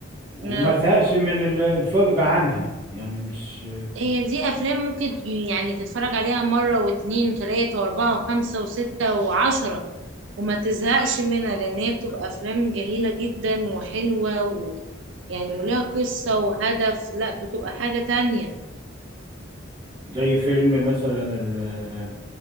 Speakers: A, on the right; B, on the right.
A: وما
B: آه.
A: زهقش من ال- الفرجة عنها يعني مش
B: هي دي افلام ممكن يعني تتفرج عليها مرة واتنين وتلاتة واربعة وخمسة وستة وعشرة وما تزهقش منها لان هي بتبقى افلام جميلة جدا وحلوة ويعني وليها قصة وهدف لا بتبقى حاجة تانية
A: زي فيلم مثلا ال-